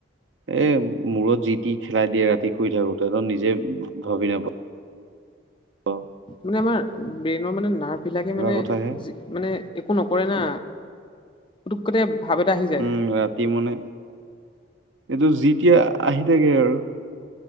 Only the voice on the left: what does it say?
মানে আমাৰ ব্ৰেইনৰ মানে নাৰ্ভবিলাকে মানে
যি মানে একো নকৰে না পুতুকতে ভাৱ এটা আহি যায়